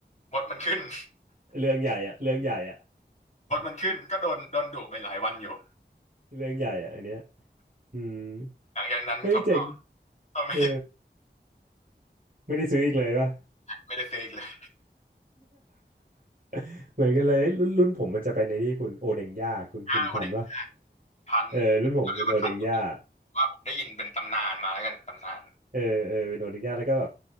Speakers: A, on the left; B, on the right.
A: มดมันขึ้น <laughs>
B: <laughs> เรื่องใหญ่อะเรื่องใหญ่อะ
A: มดมันขึ้นก็โดนโดนดุไปหลายวันอยู่
B: เรื่องใหญ่อะอันเนี้ยอืม
A: หลังจากนั้นเขาก็
B: เฮ้ยเจ๋ง
A: ก็ไม่
B: เออไม่ได้ซื้ออีกเลยวะ
A: ไม่ได้ซื้ออีกเลย
B: <laughs> เหมือนกันเลยรุ่นรุ่นผมมันจะเป็นไอ้นี่คุณโอเดงย่าคุณคุณทันปะ
A: ห้าวันเด็กพัน
B: เออรุ่นผมเป็นโอเดงย่า
A: แล้วก็พันว่าผมได้ยินเป็นตำนานมาแล้วกันตำนาน
B: เออเออเป็นโอนิงยาแล้วก็แบบ